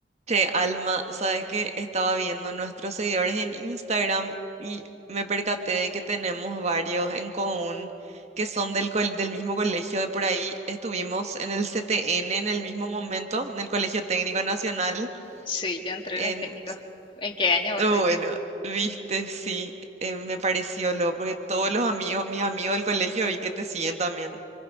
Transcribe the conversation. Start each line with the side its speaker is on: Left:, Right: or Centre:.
Right: Che, Alma, sabes que estaba viendo nuestros seguidores en Instagram y me percaté de que tenemos varios en común que son del, col- del mismo colegio de por ahí. Estuvimos en el CTN en el mismo momento, en el Colegio Técnico Nacional.
Left: Sí, yo entré
Right: En...
Left: en el técnico. ¿En qué año vos
Right: Bueno,
Left: estuviste?
Right: viste, sí, eh, me pareció loco, porque todos los amigos, mis amigos del colegio vi que te siguen también.